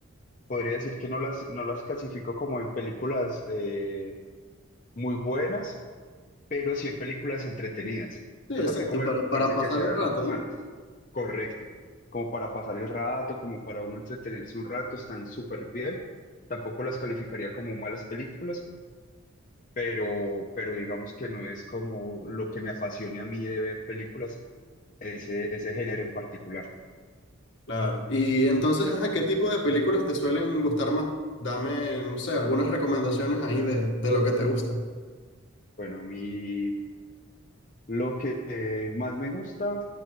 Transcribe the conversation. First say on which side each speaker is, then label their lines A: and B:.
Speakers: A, on the left (about 40°); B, on the left (about 60°).
A: Podría decir que no las, no las clasifico como en películas eh, muy buenas, pero sí en películas entretenidas.
B: Sí,
A: O sea,
B: exacto,
A: tampoco me
B: para, para
A: parecen
B: pasar
A: que sean
B: el rato,
A: malas.
B: ¿no?
A: Correcto. Como para pasar el rato, como para uno entretenerse un rato, están súper bien. Tampoco las calificaría como malas películas, pero, pero digamos que no es como lo que me apasione a mí de ver películas, ese, ese género en particular.
B: Claro. Y entonces, ajá, ¿qué tipo de películas te suelen gustar más? Dame, no sé, algunas recomendaciones ahí de, de lo que te gusta.
A: Bueno, a mí Lo que eh, más me gusta,